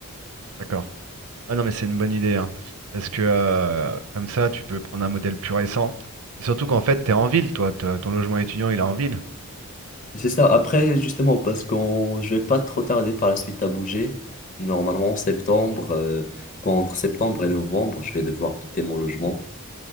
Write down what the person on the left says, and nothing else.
C'est ça. Après, justement, parce qu'on, je vais pas trop tarder par la suite à bouger. Normalement, en septembre, euh, bon, entre septembre et novembre, je vais devoir quitter mon logement